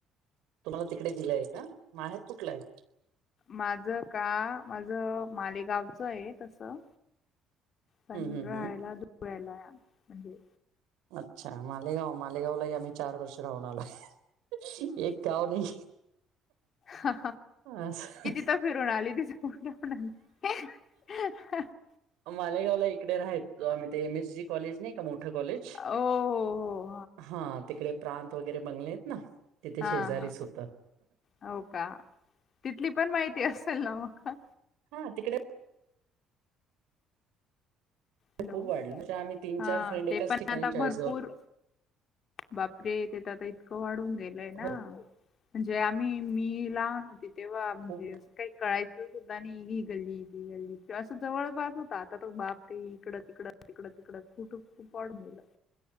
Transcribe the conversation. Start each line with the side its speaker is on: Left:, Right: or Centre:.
Right: तुम्हाला तिकडे दिलंय का? माहेर कुठला आहे?
Left: माझ का? माझ मालेगावचं आहे तसं. पण
Right: हम्म हम्म
Left: राहायला
Right: हम्म.
Left: धुळ्याला आहे म्हणजे
Right: अच्छा मालेगाव, मालेगावलाही आम्ही चार वर्ष राहून आलोय. एक गाव नाही
Left: हा
Right: असं
Left: फिरुन आली <unintelligible> ण
Right: मालेगावला इकडे राहयचो आम्ही, ते एम एस जी कॉलेज नाही का मोठं कॉलेज?
Left: ओ हो हो
Right: हा तिकडे प्रांत वगैरे बंगले आहेत ना तिथे
Left: हा
Right: शेजारीच
Left: हा
Right: होत.
Left: हो का तिथली पण माहिती असेल ना मग?
Right: हा तिकडे
Left: हॅलो
Right: खूप वाढलं म्हणजे आम्ही तीन
Left: हा
Right: चार फ्रेंड एकाच
Left: ते पण
Right: ठिकाणी
Left: आता
Right: चाळीसगाव
Left: भरपूर बापरे तिथं तर आता इतकं वाढून गेल लय
Right: हो
Left: ना म्हणजे आम्ही मी लहान होती तेव्हा म्हणजे
Right: खूप
Left: काही कळायचं सुद्धा नाही, ही गल्ली, ती गल्ली असं जवळपास होता आता तो बाप ते इकडं - तिकडं, तिकडं -तिकडं कुट पाड मलं